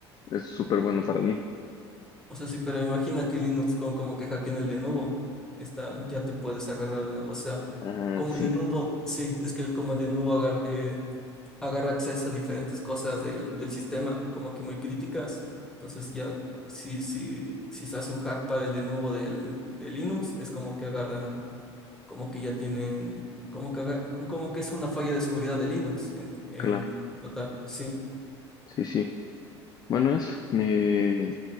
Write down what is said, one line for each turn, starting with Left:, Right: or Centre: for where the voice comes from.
Left: es súper bueno para mí.
Centre: O sea, sí, pero imagina que en Linux con como que hackeen el de nuevo, está, ya te puedes agarrar, o sea,
Left: Ah,
Centre: como
Left: sí,
Centre: el de nuevo, sí, es que como el de nuevo agar- eh, agarra acceso a diferentes cosas del, del sistema, como que muy críticas. Entonces ya, si, si, si se hace un hack para el de nuevo del, de Linux, es como que agarran como que ya tienen, como que, haga- como que es una falla de seguridad de Linux en, en
Left: claro.
Centre: en total. Sí.
Left: Sí, sí. Bueno, eso. Eh,